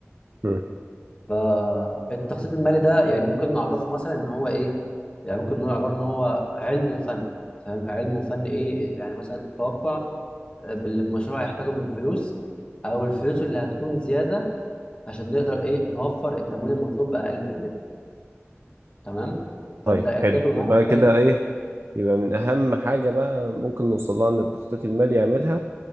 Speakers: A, on the right (about 60°); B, on the left (about 25°).
A: مم.
B: فالتخطيط المالي ده يعني ممكن نعرفه مثلا إن هو إيه؟ يعني ممكن نقول عبارة إن هو علم وفن فاهم؟ علم وفن إيه؟ يعني مثلا التوقع آه، باللي المشروع هيحتاجه من فلوس أو الفلوس اللي هتكون زيادة عشان نقدر ايه نوفر التمويل المطلوب باقل تكلفه تمام فانت
A: طيب
B: اعتبره
A: حلو
B: معاك
A: يبقى كده
B: علم وفن
A: ايه يبقى من اهم حاجه بقى ممكن نوصلها ان التخطيط المالي يعملها